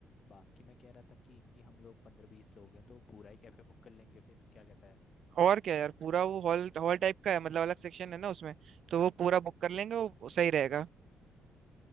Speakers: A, on the left; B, on the right.
A: बाकी मैं कह रहा था कि हम लोग पंद्रह बीस लोग हैं तो पूरा ही कैफ़े बुक कर लेंगे फिर क्या कहता है
B: और क्या यार पूरा वो हॉल हॉल टाइप का है मतलब अलग सेक्शन है ना उसमें तो वो पूरा बुक कर लेंगे वो सही रहेगा